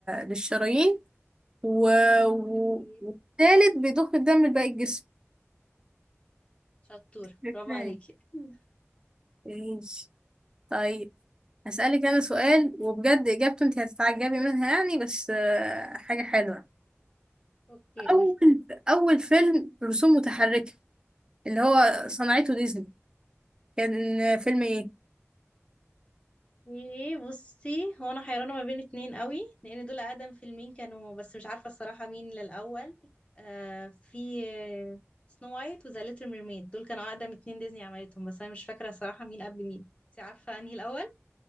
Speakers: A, on the right; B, on the left.
A: للشرايين و... و...
B: إيه؟
A: والتالت بيضخ الدم لباقي الجسم
B: شطورة
A: ازاي
B: برافو عليكي <laughs>
A: ماشي طيب هسألك أنا سؤال وبجد إجابته أنت هتتعجبي منها يعني بس آه، حاجة حلوة
B: اوكي قولي
A: أول أول فيلم رسوم متحركة اللي هو صنعته ديزني كان فيلم إيه؟
B: ايه بصي هو انا حيرانه ما بين اتنين قوي لان دول اقدم فيلمين كانوا بس مش عارفه الصراحه مين للاول آه في سنو وايت وذا ليتل ميرميد دول كانوا اقدم اتنين ديزني عملتهم بس انا مش فاكره الصراحه مين قبل مين انت عارفه انهي الاول